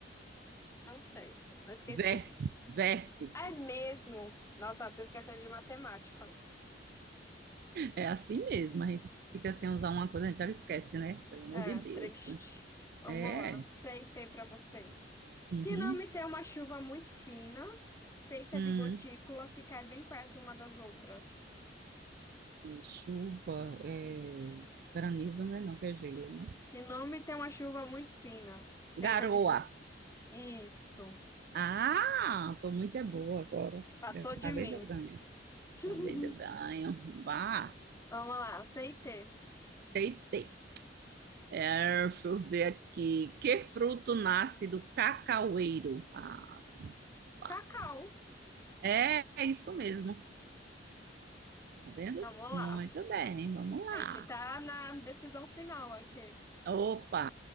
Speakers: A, on the left (about 15°); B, on the right (about 55°).
A: não sei, eu esqueci.
B: Vé, vértice.
A: É mesmo. Nossa, tô esquecendo de matemática.
B: É assim mesmo, a gente fica sem usar uma coisa, a gente já esquece, né? Pelo amor
A: É,
B: de Deus.
A: triste. Vamos
B: É.
A: lá. Aceitei pra você.
B: uhum,
A: Que nome tem uma chuva muito fina, feita
B: hum.
A: de gotículas que caem bem perto uma das outras?
B: É chuva, é granizo, né? Não, que é gelo, né?
A: Que nome tem uma chuva muito fina, feita
B: Garoa.
A: de... go- Isso.
B: Ah, tô muito é boa agora.
A: Passou
B: Dessa
A: de
B: vez
A: mim.
B: eu ganho. Dessa
A: <laughs>
B: vez eu ganho. Bah,
A: Vamos lá, aceitei.
B: aceitei. É, deixa eu ver aqui. Que fruto nasce do cacaueiro? Ah, tá muito bem. Fácil.
A: Cacau.
B: É, é isso mesmo. Tá vendo?
A: Vamos lá.
B: Muito bem, vamos lá.
A: A gente tá na decisão final aqui.
B: Opa,